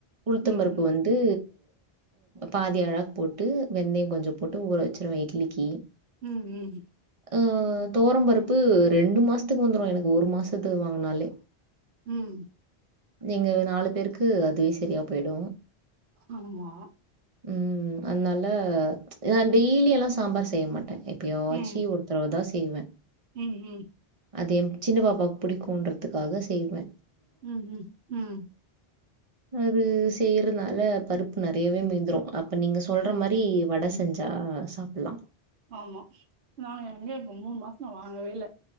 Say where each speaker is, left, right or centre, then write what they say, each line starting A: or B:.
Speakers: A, on the right; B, on the right.
A: உளுத்தம்பருப்பு
B: ம் ம்
A: வந் து பாதி அளக் போட்டு வெந்தயோ கொஞ்சோ போட்டு ஊற வெச்சிருவ இட்லிக்கி
B: ம் ம்
A: ஆ தொவரம்பருப்பு ரெண்டு மாசத்துக்கு வந்துரு எனக்கு ஒரு மாசத்துக்கு வாங்குனாலே
B: ம்
A: நீங்க நாலு பேருக்கு அதே செரியா போய்டு
B: ஆமா
A: ம் அதுனால நா டெய்லி எல்லா சாம்பார் செய்ய மாட்டே எப்பயாச்சி
B: ம்
A: ஒரு தடவ தா செய்வே
B: ம் ம்
A: அதே எம் சின்ன பாப்பாவுக்கு புடிக்குன்றதுக்காக செய்வே
B: ம் ம் ம்
A: அது செய்யறனால பருப்பு நெறையாவே மீந்திரு அப்ப நீங்க சொல்ற மாரி வட
B: ம்
A: செஞ்சா சாப்பில்லா
B: ஆமா நாங்க எங்க இப்ப மூணு மாசோ வாங்கவே இல்ல